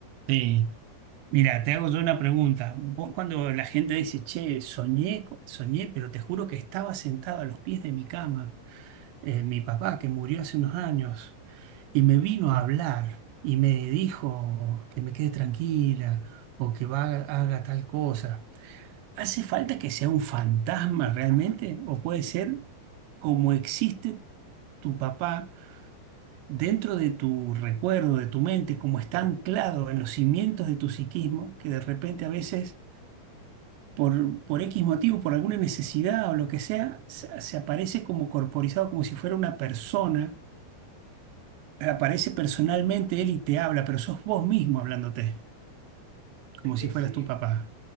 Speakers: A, on the right (about 80°); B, on the left (about 70°).
A: Sí. Mira, te hago yo una pregunta. Vos cuando la gente dice, che, soñé, co- soñé, pero te juro que estaba sentado a los pies de mi cama, eh, mi papá que murió hace unos años, y me vino a hablar y me dijo que me quede tranquila o que va, haga tal cosa. ¿Hace falta que sea un fantasma realmente? ¿O puede ser como existe tu papá dentro de tu recuerdo, de tu mente, como está anclado en los cimientos de tu psiquismo, que de repente a veces por, por X motivo, por alguna necesidad o lo que sea, se, se aparece como corporizado, como si fuera una persona. Aparece personalmente él y te habla, pero sos vos mismo hablándote,
B: Es
A: como
B: que
A: si fueras
B: sí.
A: tu papá.